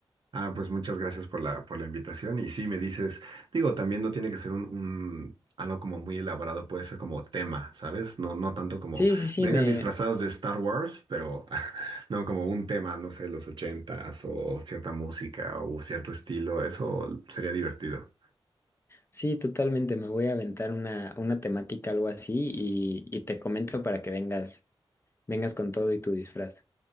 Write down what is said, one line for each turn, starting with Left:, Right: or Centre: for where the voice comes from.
Right: Ah, pues muchas gracias por la, por la invitación. Y sí, me dices, digo, también no tiene que ser un, un- algo como muy elaborado, puede ser como tema, ¿sabes? No, no tanto como
Left: Sí, sí, sí,
Right: vengan
Left: me,
Right: disfrazados de Star Wars, pero <laughs> no como un tema, no sé, los ochentas o cierta música o cierto estilo. Eso sería divertido.
Left: Sí, totalmente. Me voy a aventar una, una temática, algo así, y, y te comento para que vengas, vengas con todo y tu disfraz.